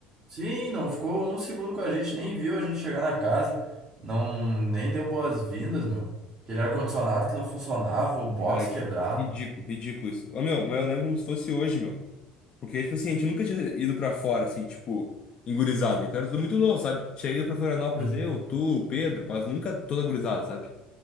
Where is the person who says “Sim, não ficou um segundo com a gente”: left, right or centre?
Right